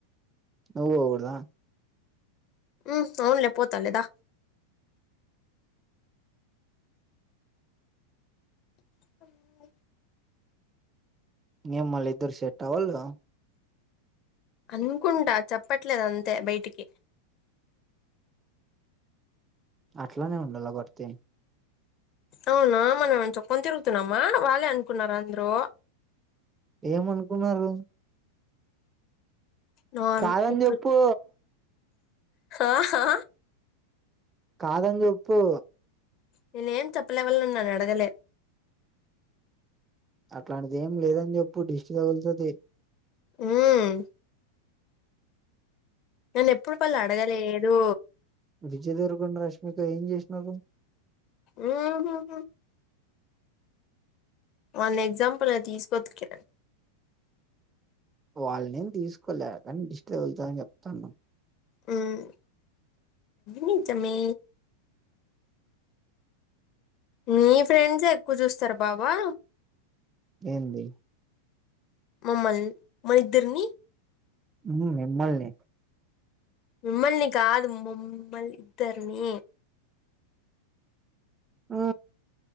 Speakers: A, on the right (about 20°); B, on the left (about 35°).
A: నువ్వు పోకూడదా.
B: ఉమ్ అవునులే పోతాలే దా. <inaudible>
A: ఏం మళ్ళీ ఇద్దరు సెట్ అవ్వలే.
B: అనుకుంటా చెప్పట్లేదు అంతే బయటికి.
A: అట్లానే ఉండాల బడితే.
B: అవునా మనం ఏం చెప్పుకొని తిరుగుతున్నామా వాళ్ళే అనుకున్నారు అందరు.
A: ఏమనుకున్నారు.
B: నాన్
A: కాదని
B: ఇప్పుడు
A: చెప్పు.
B: ఆహా.
A: కాదని చెప్పు.
B: నేనే ఏం చెప్పలే వాళ న్నాను అడగలే.
A: అట్లాంటిది ఏం లేదని చెప్పు డిష్టి తగులుతది.
B: ఉమ్. నేన్న ఎప్పుడు పళ్ళు అడగలేదు.
A: విజయ్ దేవరకొండ రష్మిక ఏం చేసినావ్ నవ్వు.
B: ఉహు హు. మొన్న ఎగ్జాంపుల్ గా తీసుకోవచ్చు కదా.
A: వాళ్ల నేమ్ తీసుకోలే కానీడిష్ట తకుతదని చెప్తాన్నా.
B: ఉమ్ నిజమే. మీ ఫ్రెండ్స్ ఎక్కువ చూస్తారు బావా.
A: ఏంది.
B: ఆమ్మెల్ మన ఇద్దరిని.
A: ఉమ్ మిమ్మల్ని.
B: మీమ్మల్ని కాదు మమ్మల్ ఇద్దర్ని.
A: ఆ.